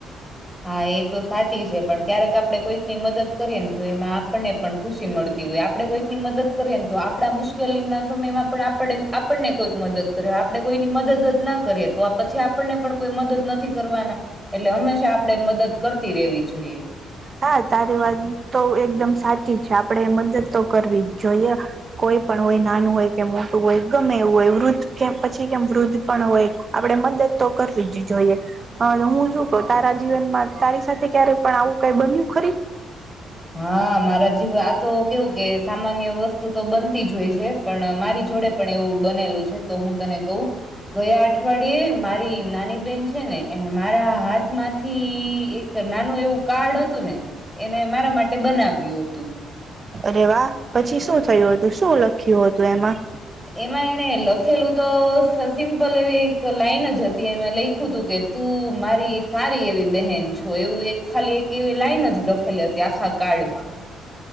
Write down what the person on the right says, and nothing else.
હા તારી વાત તો એકદમ સાચી છે આપળે મદદ તો કરવી જ જોઈએ કોઈ પણ હોય નાનું હોય કે મોટું હોય ગમે એવું હોય વૃદ્ધ કેમ પછી કેમ વૃદ્ધ પણ હોય આપડે મદદ તો કરવી જ જોઈએ હને હું શું કંવ તારા જીવનમાં તારી સાથે ક્યારે પણ આવું કઈ બન્યું ખરી?
અરે વા પછી શું થયું અતું શું લખ્યું હતું એમાં?